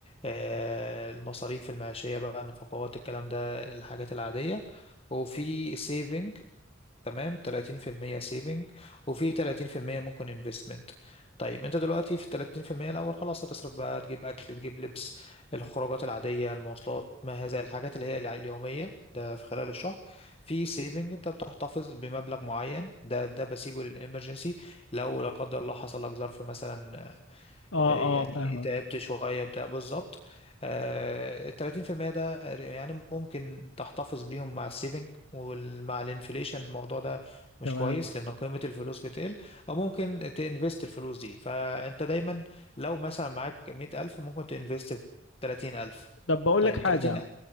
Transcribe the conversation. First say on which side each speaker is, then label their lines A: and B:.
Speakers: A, on the left; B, on the left.
A: آه، المصاريف المعيشية بقى النفقات الكلام ده الحاجات العادية وفي saving تمام 30% سيفنج وفي 30% ممكن انفستمنت طيب انت دلوقتي في ال 30% الاول خلاص هتصرف بقى تجيب اكل تجيب لبس الخروجات العاديه المواصلات ما هذا الحاجات اللي هي الع- اليوميه ده في خلال الشهر في سيفنج انت بتحتفظ بمبلغ معين ده ده بسيبه للامرجنسي لو لا قدر الله حصل لك ظرف مثلا
B: اه
A: يعني
B: اه فاهمك
A: تعبت شوية بتاع بالظبط آه، التلاتين في المية ده يعني ممكن تحتفظ بيهم مع السيفنج ومع الانفليشن الموضوع ده مش
B: تمام
A: كويس لأن قيمة الفلوس بتقل أو ممكن تنفست الفلوس دي فأنت دايما لو مثلا معاك مية ألف ممكن تنفست تلاتين ألف
B: طب بقول
A: طيب
B: لك حاجة
A: تلاتين